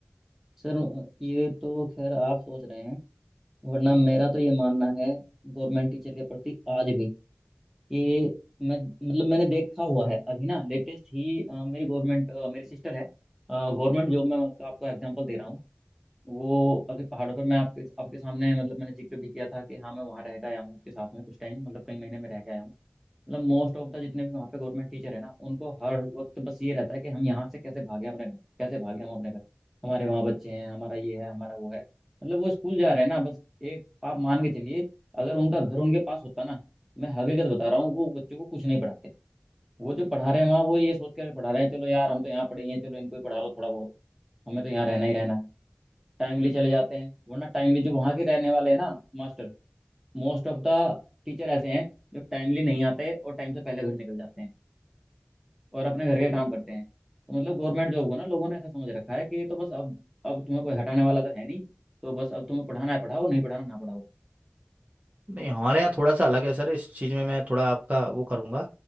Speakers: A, in the centre; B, on the right.
A: सर ये तो खैर आप सोच रहे हैं वरना मेरा तो ये मानना है गवर्नमेंट टीचर के प्रति आज भी कि मैं मतलब मैंने देखा हुआ है अभी ना लेटेस्ट ही अ, मेरी गवर्नमेंट मेरी सिस्टर है गवर्नमेंट जॉब में मैं आपका आपको एग्जांपल दे रहा हूँ वो अभी पहाड़ों पर मैं आपके आपके सामने मतलब मैंने जिक्र भी किया था कि हाँ मैं वहाँ रह के आया हूँ उसके साथ में कुछ टाइम मतलब कई महीने में रह के आया हूँ मतलब मोस्ट ऑफ द जितने भी वहाँ पे गवर्नमेंट टीचर है ना उनको हर वक्त बस ये रहता है कि हम यहाँ से कैसे भागे अपने घर कैसे भागे हम अपने घर हमारे वहाँ बच्चे हैं हमारा ये है हमारा वो है मतलब वो स्कूल जा रहे हैं ना बस एक आप मान के चलिए अगर उनका घर उनके पास होता ना मैं हकीकत बता रहा हूँ वो बच्चों को कुछ नहीं पढ़ाते वो जो पढ़ा रहे हैं वहाँ वो ये सोच कर पढ़ा रहे हैं चलो यार हम तो यहाँ पढ़े ही हैं चलो इनको ही पढ़ा लो थोड़ा बहुत हमें तो यहाँ रहना ही रहना है टाइमली चले जाते हैं वरना टाइमली जो वहाँ के रहने वाले हैं ना master most of the teacher ऐसे हैं जो टाइमली नहीं आते और टाइम से पहले घर निकल जाते हैं और अपने घर के काम करते हैं तो मतलब गवर्नमेंट जॉब को ना लोगों ने ऐसा समझ रखा है कि ये तो बस अब अब तुम्हें कोई हटाने वाला तो है नहीं तो बस अब तुम्हें पढ़ाना है पढ़ाओ नहीं पढ़ाना ना पढ़ाओ
B: नहीं हमारे यहाँ थोड़ा सा अलग है सर इस चीज़ में मैं थोड़ा आपका वो करूँगा